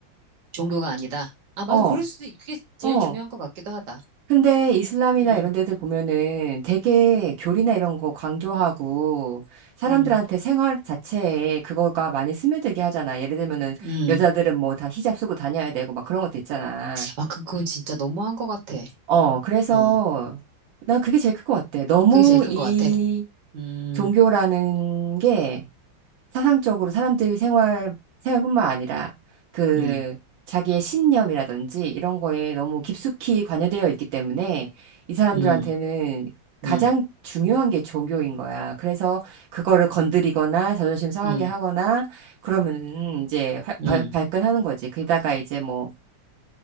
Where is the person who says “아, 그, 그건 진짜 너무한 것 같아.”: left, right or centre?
Right